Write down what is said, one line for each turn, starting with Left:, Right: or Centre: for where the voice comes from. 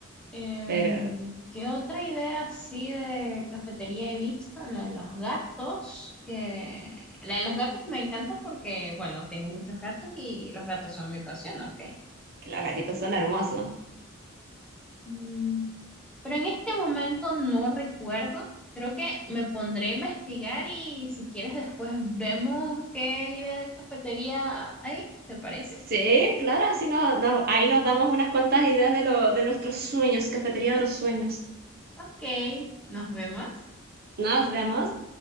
Centre: Em,
Right: Pero
Centre: ¿qué otra idea así de cafetería he visto? La de los gatos, que la de los gatos me encanta porque, bueno, tengo muchos gatos y los gatos son mi pasión, ok.
Right: que los gatitos son hermosos.
Centre: Mm, Pero en este momento no recuerdo. Creo que me pondré a investigar y si quieres después vemos qué idea de cafetería hay. ¿Te parece?
Right: Sí, claro, si no, no, ahí nos damos unas cuantas ideas de lo, de nuestros sueños, cafetería de los sueños.
Centre: Ok, nos vemos.
Right: Nos vemos.